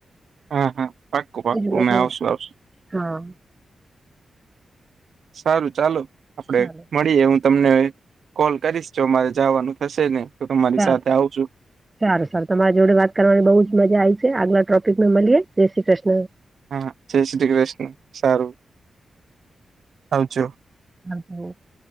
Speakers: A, on the right (about 70°); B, on the right (about 20°).
A: હા હા પાક્કું પાક્કું
B: મજા
A: અમે
B: આવે.
A: આવશું આવશું
B: હા
A: સારું ચાલો આપડે
B: સારું
A: મળીએ હું તમને કોલ કરીશ જો મારે જાવાનું થશે ને તો તમારી
B: સારું
A: સાથે આવજો.
B: સારું સારું તમારી જોડે વાત કરવાની બઉુજ મજા આઈ છે, આગલા ટોપિક મા મલીએ જય શ્રી કૃષ્ણ.
A: હા, જઈ શ્રી કૃષ્ણ, સારું આવજો.
B: <unintelligible>